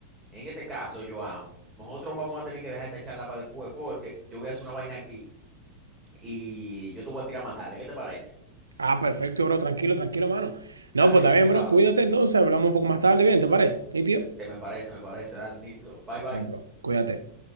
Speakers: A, on the right (about 15°); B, on the right (about 75°).
A: En este caso, Joan, nosotros vamos a tener que dejar esta charla para después porque yo voy a hacer una vaina aquí y yo te voy a tirar a matarle. ¿Qué te parece?
B: Ah, perfecto, bro. Tranquilo, tranquilo, mano.
A: Dale,
B: No, pues está
A: ya
B: bien,
A: tú sabes.
B: bro. Cuídate entonces. Hablamos un poco más tarde. Bien, ¿te parece? ¿Sí, tío?
A: Te me parece, me parece. Dale, Nito. Bye,
B: Bien,
A: bye.
B: bro. Cuídate.